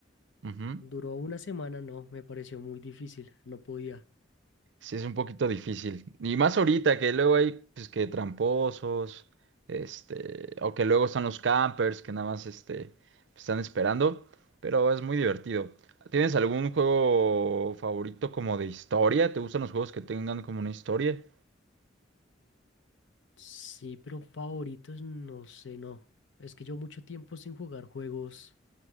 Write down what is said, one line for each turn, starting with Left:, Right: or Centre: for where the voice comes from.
Right: Ujú.
Left: duró una semana, no, me pareció muy difícil, no podía.
Right: Sí, es un poquito difícil. Y más ahorita, que luego hay, pues, que tramposos, este, o que luego están los campers que nada más, este, están esperando, pero es muy divertido. ¿Tienes algún juego favorito como de historia? ¿Te gustan los juegos que tengan como una historia?
Left: Sí, pero favoritos, no sé, no. Es que yo mucho tiempo sin jugar juegos